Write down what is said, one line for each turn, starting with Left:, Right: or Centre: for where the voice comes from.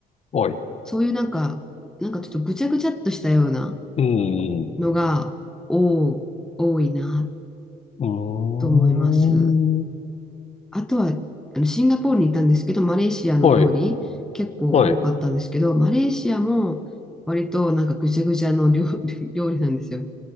Left: はい。
Centre: そういうなんか、なんかちょっとぐちゃぐちゃっとしたような
Left: うん、う
Centre: のが、多多いな
Left: ーん、
Centre: と思います。あとは、あのシンガポールに行ったんですけど、マレーシアの料理結構多かったんですけど、
Left: はい、はい。
Centre: マレーシアも割となんかぐちゃぐちゃの料、<laughs> 料理なんですよ。